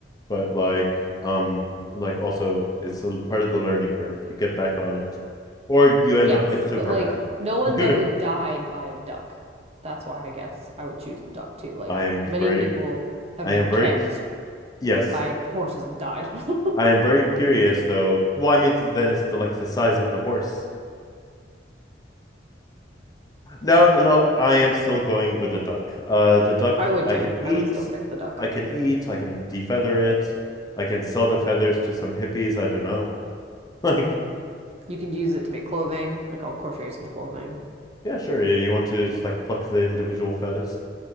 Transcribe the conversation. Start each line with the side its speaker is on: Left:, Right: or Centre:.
Left: but like, um, like also, it's a part of the learning curve. You get back on it, or you
Right: Yes,
Left: end up like Superman.
Right: but like no one's
Left: <laughs>
Right: ever died by a duck. That's why I guess I would choose the duck too. Like
Left: I am
Right: many
Left: very,
Right: people have
Left: I
Right: been
Left: am very,
Right: kicked
Left: yes.
Right: by horses and died. <laughs>
Left: I am very curious though. Well, I mean, then it's the like the size of the horse. No, no, I am still going with the duck. Uh, the duck
Right: I would
Left: I
Right: too.
Left: can eat,
Right: I would still pick the duck.
Left: I can eat, I can defeather it, I can sell the feathers to some hippies. I don't know. <laughs> Like,
Right: You can use it to make clothing. Like I'll crochet some clothing.
Left: yeah, sure. You, you want to just like pluck the individual feathers?